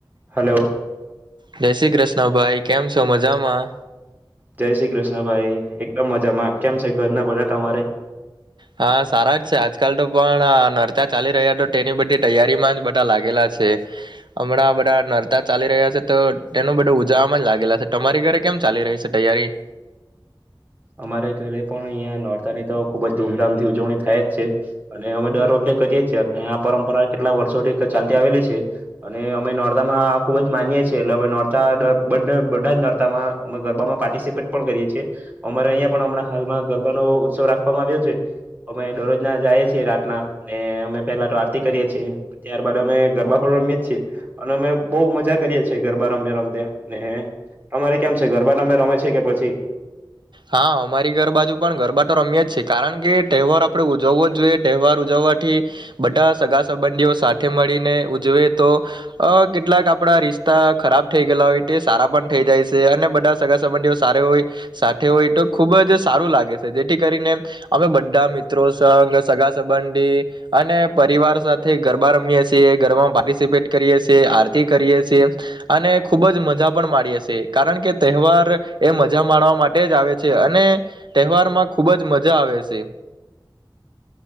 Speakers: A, on the right (about 20°); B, on the right (about 65°).
A: Hello
B: જય શ્રી કૃષ્ણ ભાઈ કેમ છો મજામાં.
A: જય શ્રી કૃષ્ણ ભાઈ એકદમ મજામાં કેમ છે ઘરના બધા તમારે.
B: હા સારા જ છે આજકાલ તો પણ નરતા ચાલી રહ્યા તો તેની બધી તૈયારીમાં જ બધા લાગેલા છે હમણાં બધા નરતા ચાલી રહ્યા છે તો તેનું બધું ઉજવમાં જ લાગેલા છે તમારી ઘરે કેમ ચાલી રહી છે તૈયારી.
A: અમારે ઘરે પણ અહંયા નોરતા ની તો ખુબ જ ધૂમધામ થી ઉજવણી થાય જ છે અને અમે દર વખતે કરીએ છીએ આ પરંપરા કેટલા વર્ષોથી ચાલતી આવેલી છે અને અમે નોડદામાં ખુબ જ માનીએ છીએ એટલે અમે નોરતા બધા જ નોરતામાં અમે ગરબામાં પાર્ટિસિપેટ પણ કરીએ છીએ. અમારે અહિયાં પણ હમણાં હાલમાં ગરબાનો ઉત્સવ રાખવામાં આવ્યો છે અમે દરરોજ ના જઈએ છીએ રાતના અનેને અમે પેલા તો આરતી કરીએ છીએ ત્યારબાદ અમે ગરબા પણ રમીએ છીએ અને અમે બહઉ મજા કરીએ છીએ ગરબા રમ્યા રમતા ને તમારે કેમ છે ગરબા અમે રમે છીએ કે પછી.
B: હા અમારી ઘર બાાજુ પણ ગરબાતો રમ્યા જ છે. કારણ કે તહેવાર આપડે. જોવો જોઈએ તહેવાર ઉજવવાથી બધા સગા સંબંધીઓ સાથે મળીને ઉજવે તો અ કેટલાક આપણા રિશતા ખરાબ થઈ ગયેલા હોય તે સારા પણ થઈ જાય છે અને બધા સગા સંબંધીઓ સારી હોય સારા હોય તો ખુબ જ સારું લાગે છે જેથી કરીને અમે બધા મિત્રો સઘ સગા સંબંધી અને પરિવાર સાથે ગરબા રમીએ છીએ ગરબામાં પાર્ટિસિપેટ કરીએ છીએ આરતી કરીએ છીએ અને ખુબ જ મજા પણ માણીએ છએ કારણ કે તહેવાર એ મજા માણવા માટે. જ આવે છે અને તહેવારમાં ખુબ જ મજા આવે છે.